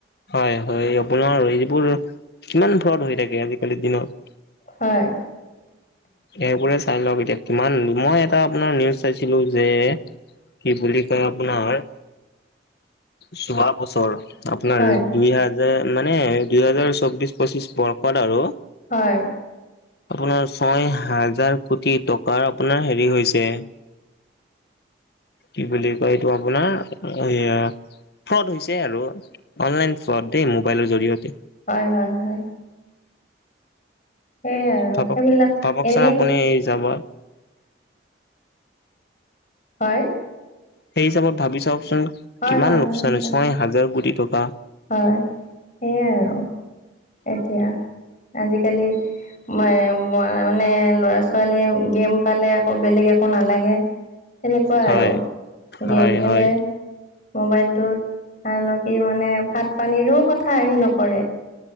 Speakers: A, on the left (about 60°); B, on the left (about 40°).
A: হয়-হয় আপোনাৰ এইবোৰ কিমান ফ্ৰড হৈ থাকে আজিকালিৰ দিনত।
B: হয়।
A: এবোৰে চাই লওক এতিয়া কিমান মই এটা আপোনাৰ নিউজ চাইছিলোঁ যে কি বুলি কয় আপোনাৰ যোৱা বছৰ আপোনাৰ
B: হয়,
A: দুই হাজাৰ মানে দুই হাজাৰ চৌবিশ, পঁচিশ বৰ্ষত আৰু।
B: হয়।
A: আপোনাৰ ছয় হাজাৰ কোটি টকাৰ আপোনাৰ হেৰি হৈছে। কি বুলি কয় এইটো আপোনাৰ এইয়া। ফ্ৰড হৈছে আৰু অনলাইন ফ্ৰড দেই মোবাইলৰ জৰিয়তে।
B: হয়-হয়-হয়। সেইয়াই আৰু
A: ভাবক
B: সেইবিলাক
A: ভাবকচোন
B: এনেই
A: আপুনি যাব।
B: হয়।
A: সেই হিচাপত ভাবি চাওকচোন
B: হয়,
A: কিমান
B: হয়,
A: লোকচান
B: হয়, হয়,
A: ছয় হাজাৰ কোটি টকা।
B: হয় সেয়াই আৰু এতিয়া আজিকালি। মানে ল'ৰা-ছোৱালীয়ে গেম পালে আকৌ বেলেগ একো নালাগে। তেনেকুৱা
A: হয়
B: আৰু
A: হয়
B: গেম খেলে।
A: হয়
B: মোবাইলটোত আনকি মানে ভাত, পানীৰো কথাৰো আহি নপৰে।